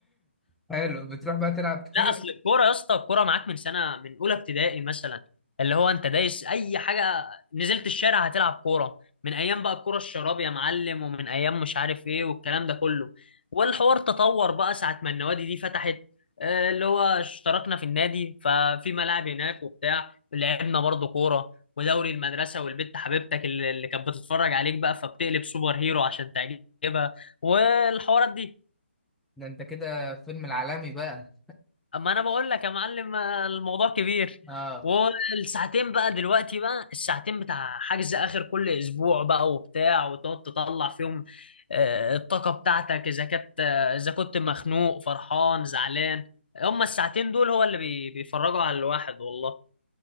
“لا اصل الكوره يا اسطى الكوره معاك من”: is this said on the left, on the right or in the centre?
Left